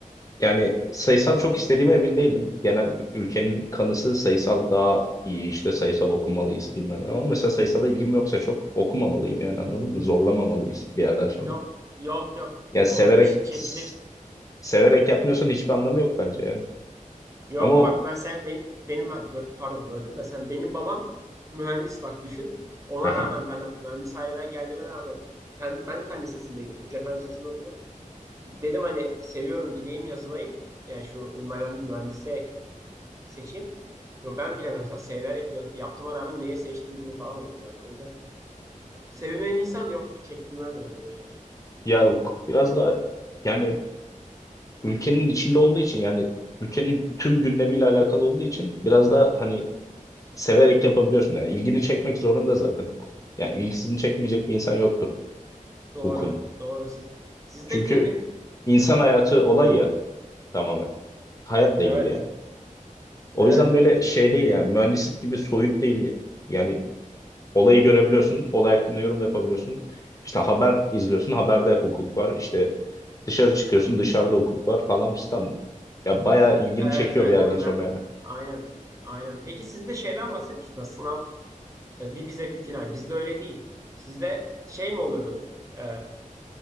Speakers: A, on the left; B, on the right.
A: Yani sayısal çok istediğime emin değilim. Genel ülkenin kanısı sayısal
B: Hı hı.
A: daha iyi işte sayısal okumalıyız bilmem ne. ama mesela sayısala ilgim yoksa çok okumamalıyım yani anladın mı? Zorlamamalıyız bir yerden sonra.
B: Yok yok yok.
A: Yani
B: O
A: severek
B: ç- çekecek.
A: s- severek yapmıyorsan hiçbir anlamı yok bence yani.
B: Yok
A: Ama
B: bak
A: o
B: ben sen benim benim ben bö- pardon böldüm de sen benim babam mühendis bak düşün. Ona
A: Aha.
B: rağmen ben hani mühendis aileden geldiğime rağmen fen- ben de fen lisesindeydim. Buca Fen Lisesi'nde okudum. Dedim hani seviyorum gideyim yazılayım. Yani şu mühen- mühendise seçeyim. Yo, ben bile mesela severek ya- yaptığıma rağmen neye seçtim bunu falan oldum yani. O yüzden sevilmeyen insan yok. Çekilmez yani boşver.
A: ya hukuk biraz da yani ülkenin içinde olduğu için yani ülkenin tüm gündemiyle alakalı olduğu için biraz da hani severek yapabiliyorsun yani ilgini çekmek zorunda zaten hukuk. Yani ilgisini çekmeyecek bir insan yoktur
B: Doğru.
A: hukum.
B: Doğru. Siz sizde
A: Çünkü
B: bir de benim
A: insan
B: Heh,
A: hayatı olay ya tamamen. Hayatla
B: evet.
A: ilgili yani. O
B: Evet
A: yüzden
B: evet
A: böyle şey
B: ya.
A: değil yani mühendislik gibi soyut değil. Yani olayı görebiliyorsun, olay hakkında yorum yapabiliyorsun. İşte haber izliyorsun, haberde hukuk var. İşte dışarı çıkıyorsun, dışarıda hukuk var falan filan. Ya bayağı ilgini
B: Evet
A: çekiyor
B: evet
A: bir yerden
B: o yüzden
A: sonra yani.
B: aynen aynen. Peki sizde şeyden bahsetmiştiniz aslında sınav e, bir vize bir final. Bizde öyle değil. Sizde şey mi oluyordu? E,